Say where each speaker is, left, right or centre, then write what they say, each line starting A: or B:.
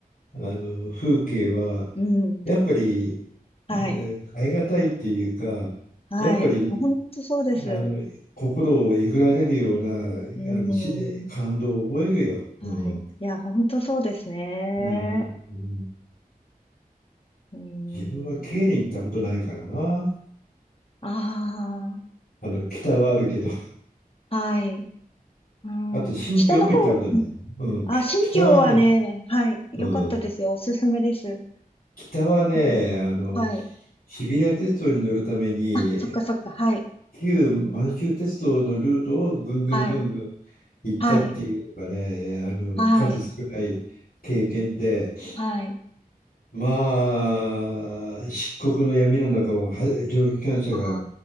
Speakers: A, on the left; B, on the left.
A: あの風景は、
B: うん。
A: やっぱり、
B: はい。
A: ね変えがたいっていうか、
B: はい。
A: やっぱり、
B: 本当そうです。
A: あの、心をえぐられるような、
B: うん。
A: あの、し、感動を覚えるよ。
B: はい。
A: うん。
B: いや、本当そうですね。
A: うんうんうん。
B: うーん。
A: 自分はケイに行ったことないからな。
B: あ
A: あの、北はあるけど、
B: あ、はい。うん。
A: あと新疆も行ったことない。
B: 北の方、うん。
A: うん、
B: あ、
A: き北はね、
B: 新疆はね、はい。
A: うん、
B: 良かったですよ。おすすめです。
A: 北はね、
B: うん。
A: あの、
B: はい。
A: シビリア鉄道に乗るために
B: あ、そっかそっか。はい。
A: 旧満州鉄道のルートをぐんぐんぐんぐん
B: はい。
A: 行ったっていうのがね、
B: はい。
A: あの数少ない経験で、
B: はい。はい。
A: まあ、漆黒の闇の中をは蒸気機関車が
B: あ